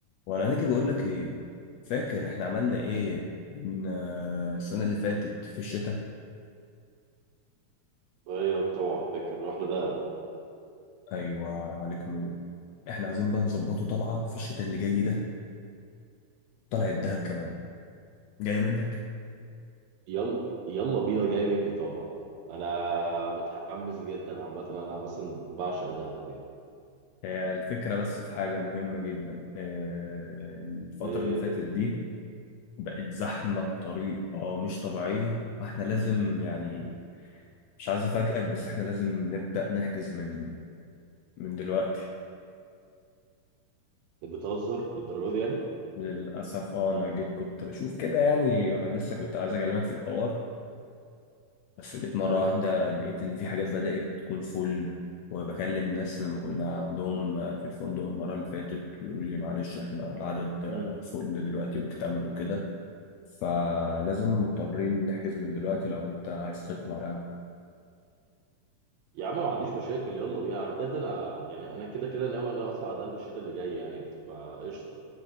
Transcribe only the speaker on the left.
وانا ناجي بقول لك ايه فاكر احنا عملنا ايه من آه، السنه اللي فاتت في الشتاء
ايوه عليك نور احنا عايزين بقى نظبطه طلعه في الشتاء اللي جاي ده طلعه الدهب كمان جايه منك
هي الفكره بس في حاجه مهمه جدا آه، الفتره
اللي فاتت دي بقت زحمه بطريقه مش طبيعيه فاحنا لازم يعني مش عايز افاجئك بس احنا لازم نبدا نحجز من من دلوقتي
للأسف اه أنا جيت كنت بشوف كده يعني لسه كنت عايز أكلمك في الحوار بس لقيت مرة
واحدة لقيت إن في حاجات بدأت تكون فل وبكلم ناس لما كنا عندهم في الفندق المرة اللي فاتت يقولوا لي معلش إحنا العدد
فل دلوقتي مكتمل وكده فلازم مضطرين نحجز من دلوقتي لو أنت عايز تطلع يعني